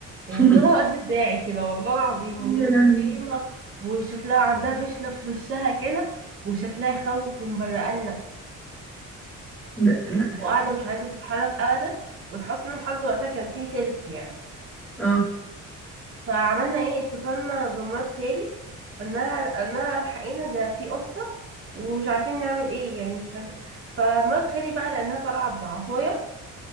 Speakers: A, on the right; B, in the centre.
A: يعني
B: <laughs>
A: طلع قد دراعي كده والله العظيم
B: يا
A: وتخينة
B: لهوي
A: وشكلها عندها بشلة في وشها كده وشكلها يخوف من بره قالنا
B: ده- لا
A: وقاعدة مش عايزة تتحرك أبدا ولحسن الحظ وقتها كان فيه سلك يعني
B: اه
A: فعملنا ايه اتصلنا بمرات خالي قلناها قلناها الحقينا ده في قطة ومش عارفين نعمل ايه يعني مش عارفين فمرات خالي بقى لأنها طالعة بعصاية